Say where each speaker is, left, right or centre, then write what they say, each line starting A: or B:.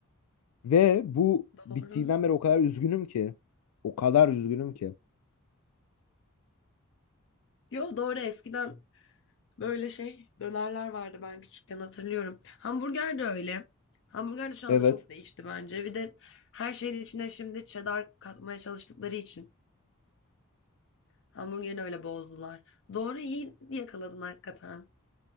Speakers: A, on the left (about 85°); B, on the left (about 60°).
A: Ve bu
B: doğru.
A: bittiğinden beri o kadar üzgünüm ki. O kadar üzgünüm ki.
B: Yo doğru eskiden böyle şey dönerler vardı ben küçükken hatırlıyorum. Hamburger de öyle. Hamburger de şu
A: Evet.
B: anda çok değişti bence. Bir de her şeyin içine şimdi cheddar katmaya çalıştıkları için hamburgeri öyle bozdular. Doğru iyi yakaladın hakikaten.